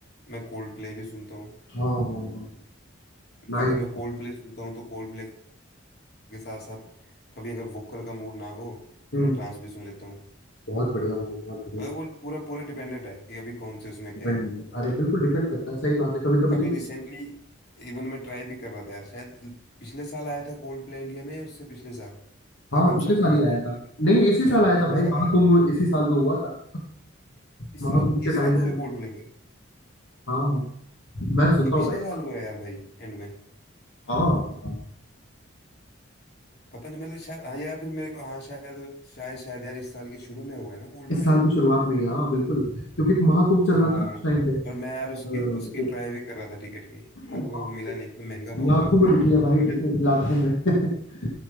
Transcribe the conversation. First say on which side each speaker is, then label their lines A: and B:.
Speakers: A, on the left; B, on the left.
A: मैं कोल्ड प्ले भी सुनता हूँ
B: हाँ हाँ हाँ नाइस
A: अगर मैं कोल्ड प्ले सुनता हूँ तो कोल्ड प्ले के साथ साथ कभी अगर वोकल का मूड ना हो
B: हम्म
A: तो मैं ट्रांस भी सुन लेता हूँ
B: बहुत बढ़िया भाई बहुत बढ़िया
A: मतलब वो पूरा पूरा डिपेंडेंट है कि अभी कौन से उसमें
B: डिपेंड
A: क्या है
B: अरे बिल्कुल डिपेंड करता है सही बात है कभी कभी
A: अभी
B: तो
A: रिसेंटली इवन मैं ट्राई भी कर रहा था यार शायद पिछले साल आया था कोल्ड प्ले इंडिया में या उससे पिछले साल का
B: हाँ
A: कंसर्ट
B: पिछले साल
A: था ना
B: ही
A: कोल्ड
B: आया था
A: प्ले का
B: नहीं इसी साल आया
A: पिछले
B: था भाई
A: साल
B: महाकुंभ
A: आया था
B: इसी साल जो हुआ था
A: इस
B: महाकुंभ
A: साल
B: के
A: इस साल
B: टाइम पे
A: हुआ कोल्ड प्ले का
B: हाँ हाँ, मैं सुनता
A: कि
B: हूँ
A: पिछले
B: भाई
A: साल हुआ यार भाई एंड में
B: हाँ हाँ,
A: पता नहीं मतलब शायद हाँ या फिर मेरे को हाँ शायद शायद शायद यार इस साल के शुरू में हुआ है ना कोल्ड
B: इस
A: प्ले
B: साल की शुरुआत में ही हाँ बिल्कुल क्योंकि महाकुंभ चल
A: हाँ
B: रहा था ना उस टाइम पे
A: और मैं यार
B: और,
A: उसकी उसकी
B: वो-
A: ट्राई भी कर रहा था टिकट की पर
B: हाँ,
A: वो मिला
B: अरे,
A: नहीं एक तो महंगा बहुत
B: लाखों
A: था
B: में
A: भाई
B: बिकी है भाई
A: मैं-
B: टिकट लाखों में <laughs>